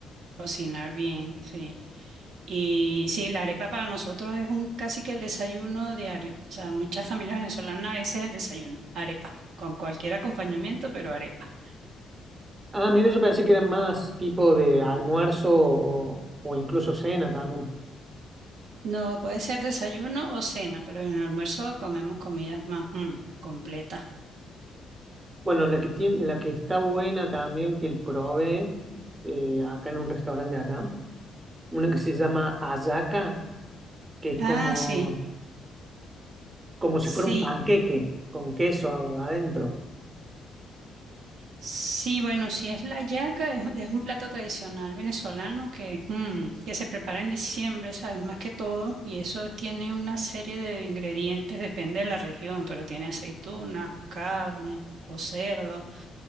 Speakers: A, on the right; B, on the right.
A: cocinar bien, sí. Y sí, la arepa para nosotros es un casi que el desayuno diario. O sea, muchas familias venezolanas ese es el desayuno, arepa, con cualquier acompañamiento, pero arepa.
B: Ah, mira, yo pensé que era más tipo de almuerzo o, o incluso cena también.
A: No, puede ser desayuno o cena, pero en el almuerzo comemos comidas más mm, completas.
B: Bueno, la que tiene, la que está buena también que el probé eh, acá en un restaurante de acá una que se llama hallaca, que es
A: Ah,
B: como,
A: sí.
B: como si
A: Sí,
B: fuera un panqueque con queso adentro.
A: sí, bueno, si es la yaca, es, es un plato tradicional venezolano que, mm, que se prepara en diciembre, ¿sabes? Más que todo, y eso tiene una serie de ingredientes, depende de la región, pero tiene aceituna, carne o cerdo,